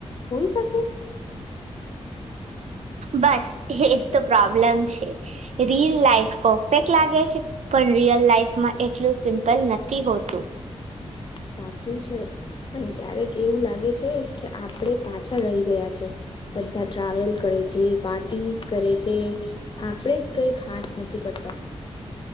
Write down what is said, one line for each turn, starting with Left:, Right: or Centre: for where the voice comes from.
Left: હોય શકે
Right: બસ એક તો પ્રોબ્લેમ છે રીયલ લાઈફ પરફેક્ટ લાગે છે પણ રિયલ લાઈફમાં એટલું સિમ્પલ નથી હોતું
Left: સાચું છે પણ ક્યારેક એવું લાગે છે કે આપડે પાછા રહી ગયા છે બધા ટ્રાવેલ કરે છે પાર્ટીસ કરે છે આપણેે જ કઈ ખાસ નથી કરતા